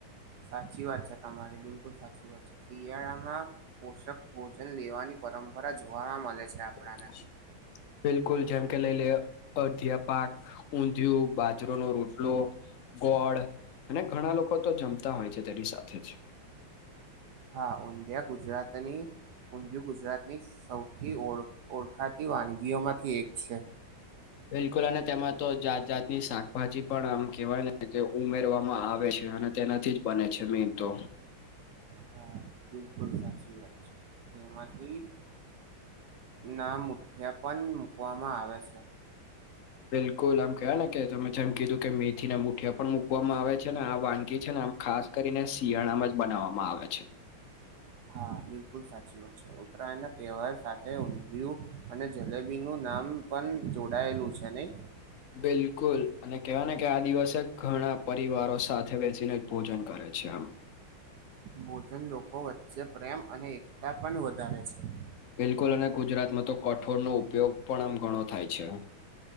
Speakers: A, on the right; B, on the left.
A: સાચી વાત છે, તમારી બિલકુલ સાચી વાત છે, શિયાળામાં પોષક ભોજન લેવાની પરંપરા જોવા મળે છે. આપણાને.
B: <unintelligible> બિલકુલ જેમ કે લઈ લે અડધિયા પાક, ઊંધિયું, બાજરોનો રોટલો ગોળ અને ઘણા લોકો તો જમતા હોય છે તેની સાથે જ
A: હા ઊંધિયા ગુજરાતની ઊંધિયું, ગુજરાતની સૌથી ઓ ઓળખાતી વાનગીઓમાંથી એક છે.
B: બિલકુલ અને તેમાં તો જાત જાતની શાકભાજી પણ આમ કેહેવાય ને ઉમેરવામાં આવે છે અને તેના જ બને છે, મેન તો
A: હા બિલકુલ સાચી વાત છે, તેમાંથી ના મુઠિયા પણ મુકવામાં આવે છે.
B: બિલકુલ આમ કહવા ને કે તમે જેમ કીધું કે મેથી ના બુટ ગઠ પણ મુૂકવામાં આવે છે ને આ વાનગી છે ને આમ ખાસ કરીને શિયાળામાં જ બનાવવામાં આવે છે.
A: હા બિલકુલ સાચી ઉત્તરાયણ ના તૈવાર સાથે ઊંધિયું અને જલેબી નું નામ પણ જોડાયેલું છે નહી
B: બિલકુલ અને કેવાય ને કે આ દિવસે ઘણા પરિવારો સાથે બેસીને ભોજન કરે છે આમ
A: ભોજન લોકો વચ્ચે પ્રેમ અને એકતા પણ વધારે છે.
B: બિલકુલ અને ગુજરાતમાં તો કઠોળનો ઉપયોગ પણ આમ ઘણો થાય છે.